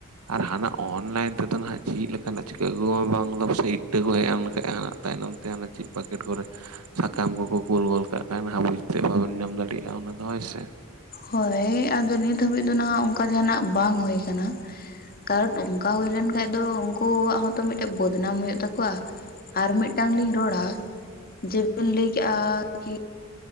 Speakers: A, on the right; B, on the left.
A: ᱟᱨ ᱦᱟᱱᱟ ᱚᱱᱞᱟᱭᱤᱱ ᱛᱮᱫᱚ ᱱᱟᱦᱟᱜ ᱪᱮᱫ ᱞᱮᱠᱟ᱾ ᱵᱟᱟᱱ ᱪᱤᱠᱟᱹ ᱟᱹ ᱜᱩᱣᱟ ᱵᱟᱝᱞ ᱥᱮ ᱤᱴᱟᱹ ᱠᱚ ᱦᱮᱡᱱᱠᱷᱷᱟᱡ ᱦᱟᱱᱟ ᱛᱟᱭᱱᱚᱢ ᱛᱮ ᱪᱮᱫ ᱯᱮᱠᱮᱴ ᱠᱚᱨᱮ ᱥᱟᱠᱟᱢ ᱠᱚᱠᱚ ᱠᱳᱞ ᱜᱚᱫ ᱠᱟᱜ ᱠᱷᱟᱱ ᱚᱱᱟ ᱵᱩᱡᱛᱮ ᱵᱟᱵᱮᱱ ᱧᱟᱢ ᱫᱟᱲᱮᱭᱟᱜᱼᱟ ᱚᱱᱟ ᱫᱚ ᱦᱳᱭ ᱥᱮ
B: ᱦᱳᱭ ᱟᱫᱚ ᱱᱤᱛ ᱦᱟᱹᱵᱤᱡ ᱫᱚ ᱱᱟᱦᱟᱜ ᱚᱱᱠᱟ ᱡᱟᱦᱱᱟᱜ ᱵᱟᱝ ᱦᱳᱭ ᱟᱠᱟᱱᱟ᱾ ᱠᱟᱨᱚᱴ ᱚᱱᱠᱟ ᱦᱩᱭ ᱞᱮᱱᱠᱷᱟᱱᱡ ᱫᱚ ᱩᱱᱠᱩᱣᱟᱜ ᱦᱚᱸᱛᱚ ᱢᱤᱫᱴᱮᱡ ᱵᱚᱫᱱᱟᱢ ᱦᱩᱭᱩᱜ ᱛᱟᱠᱚᱣᱟ᱾ ᱟᱨ ᱢᱤᱫᱴᱟᱝ ᱞᱤᱧ ᱨᱚᱲᱟ ᱡᱮᱵᱤᱱ ᱞᱟᱹᱭ ᱠᱮᱫᱮᱜᱼᱟ ᱠᱤ